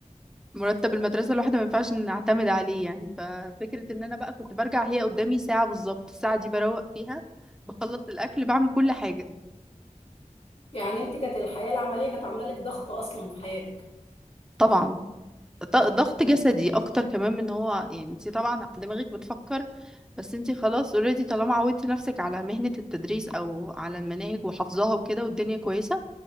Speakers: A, in the centre; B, on the left.
A: مرتب المدرسة الواحدة ما ينفعش نعتمد عليه يعني ففكرة ان انا بقى كنت برجع هي قدامي ساعة بالظبط الساعة دي بروق فيها بخلص الاكل بعمل كل حاجة
B: يعني انت كانت الحياة العملية كانت عاملة لك ضغط اصلا في حياتك
A: طبعا ط- ضغط
B: آه.
A: جسدي اكتر كمان من هو يعني انت طبعا دماغك بتفكر بس انت خلاص اوريدي طالما عودتي نفسك على مهنة التدريس او على المناهج وحفظها وكده والدنيا كويسة